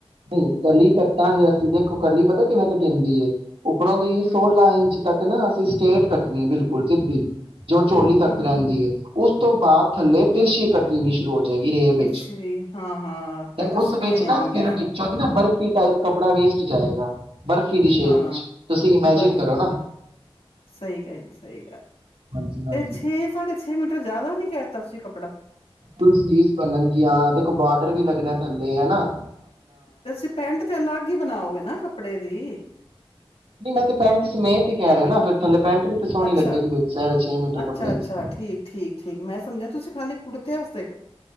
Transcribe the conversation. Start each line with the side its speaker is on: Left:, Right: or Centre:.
Right: ਨਹੀਂ ਕਲੀ ਕਟਾਂਗੇ ਅਸੀਂ ਦੇਖੋ ਕਲੀ ਪਤਾ ਕਿਵੇਂ ਕਟਿੰਗ ਹੁੰਦੀ ਏ ਉੱਪਰੋਂ ਦੀ ਸੋਲਾਂ
Left: ਹਮ,
Right: ਇੰਚ ਤੱਕ ਨਾ ਅਸੀਂ ਸਟੇਟ ਕੱਟਣੀ ਬਿਲਕੁਲ ਸਿੱਧੀ ਜੋ ਚੋਲੀ ਤੱਕ
Left: ਹਮ,
Right: ਰਹਿੰਦੀ ਹੈ ਉਸ ਤੋਂ ਬਾਅਦ ਥੱਲੇ ਤਿਰਸ਼ੀ ਕਟਣੀ ਸ਼ੁਰੂ ਹੋ ਜਾਏਗੀ ਰੇਬ
Left: ਪਿੱਛ
Right: ਵਿੱਚ
Left: ਵੀ ਹਾਂ ਹਾਂ
Right: ਤੇ
Left: ਪਹਿਲੇ ਤਾਂ
Right: ਉਸ
Left: ਸਿੱਧੀਆਂ
Right: ਵਿੱਚ
Left: ਹੀ ਆਣਗੀਆਂ
Right: ਫਿਰ
Left: ਨਾ
Right: ਵਿੱਚੋਂ ਨਾ ਬਰਫ਼ੀ ਟਾਈਪ ਕੱਪੜਾ ਵੇਸਟ ਜਾਏਗਾ ਬਰਫੀ ਦੀ ਸ਼ੇਪ
Left: ਹਾਂ
Right: ਚ ਤੁਸੀਂ ਇਮੇਜਿਨ
Left: ਬਰਫ਼ੀ
Right: ਕਰੋ
Left: ਦੀ
Right: ਨਾ
Left: ਸਹੀ ਗੱਲ ਸਹੀ ਗੱਲ
Right: ਹਾਂਜੀ ਹਾਂਜੀ
Left: ਤੇ ਛੇ ਸਾਢੇ ਛੇ ਛੇ ਮੀਟਰ ਜ਼ਿਆਦਾ ਨੀ ਕਹਿ ਤਾ ਤੁਸੀ ਕੱਪੜਾ
Right: ਫੁਲ ਸਲੀਵ ਬਣਨਗੀਆਂ ਦੇਖੋ ਬਾਰਡਰ ਵੀ ਲੱਗਣਾ ਥੱਲੇ ਹਨਾ
Left: ਤੇ ਅਸੀਂ ਪੈਂਟ ਤੇ ਅਲੱਗ ਹੀ ਬਣਾਓਗੇ ਨਾ ਕੱਪੜੇ ਦੀ
Right: ਨਹੀਂ ਮੈਂ ਤੇ ਪੈਂਟ ਸਮੇਤ ਹੀ ਕਹਿ ਰਿਹਾ ਨਾ ਫੇਰ ਥੱਲੇ ਪੈਂਟ ਵੀ ਤੇ ਸੋਹਣੀ
Left: ਅੱਛਾ
Right: ਲੱਗੇਗੀ ਵਿੱਚ ਸਾਢੇ ਮੀਟਰ
Left: ਅੱਛਾ
Right: ਕੱਪੜੇ
Left: ਅੱਛਾ
Right: ਚ
Left: ਠੀਕ ਠੀਕ ਠੀਕ ਮੈਂ ਸਮਝਿਆ ਤੁਸੀਂ ਖਾਲੀ ਕੁੜਤੇ ਅਸਤੇ